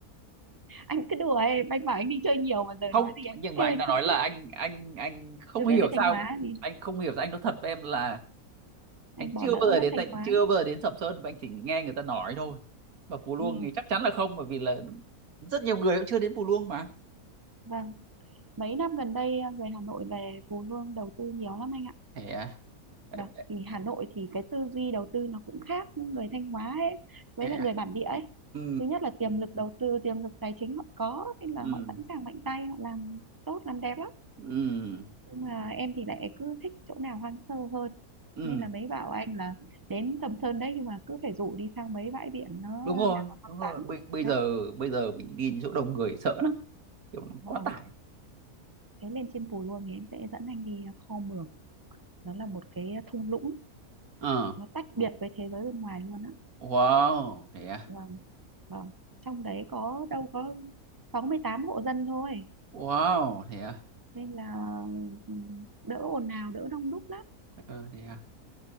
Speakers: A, on the right (about 25°); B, on the right (about 70°).
A: anh cứ đùa em anh bảo anh đi chơi nhiều mà giờ
B: không
A: nói gì anh
B: nhưng
A: cũng
B: mà
A: kêu
B: anh
A: anh
B: đã nói
A: không
B: là
A: biết
B: anh anh anh không
A: chưa biết
B: hiểu
A: về Thanh
B: sao
A: Hóa thì
B: anh không hiểu sao anh nói thật với em là
A: anh
B: anh chưa
A: bỏ lỡ
B: bao giờ
A: mất
B: đến
A: Thanh
B: tận
A: Hóa
B: chưa bao giờ đến Sầm Sơn mà anh chỉ nghe người ta nói thôi và Pù Luông
A: ừ
B: thì chắc chắn là không bởi vì là rất nhiều người cũng chưa đến Pù Luông mà
A: vâng mấy năm gần đây ờ, người Hà Nội về Phú Lương đầu tư nhiều lắm anh ạ
B: thế à, thế
A: và
B: à.
A: vì Hà Nội thì cái tư duy đầu tư nó cũng khác người Thanh Hóa ấy với
B: thế
A: lại
B: à.
A: người bản địa ấy
B: ừ
A: thứ nhất là tiềm lực đầu tư tiềm lực tài chính họ có nên là
B: ừ
A: họ sẵn sàng mạnh tay họ làm tốt làm đẹp lắm
B: ừ
A: nhưng mà em thì lại cứ thích chỗ nào hoang sơ hơn
B: ừ
A: nên là mấy bảo anh là đến Sầm Sơn đấy nhưng mà cứ phải rủ đi sang mấy bãi biển nó
B: đúng rồi
A: đang còn hoang
B: đúng rồi
A: vắng
B: bây, bây giờ
A: đấy
B: bây giờ mình đi chỗ đông người sợ lắm kiểu nó
A: vâng
B: quá tải
A: thế lên trên Pù Luông thì em sẽ dẫn anh đi Kho Mường nó là một cái thung lũng
B: ờ
A: nó tách biệt với thế giới bên ngoài luôn á
B: wow thế à
A: vâng vâng trong đấy có đâu có 68 hộ dân thôi
B: wow thế à
A: nên là ừm, đỡ ồn ào đỡ đông đúc lắm
B: ờ thế à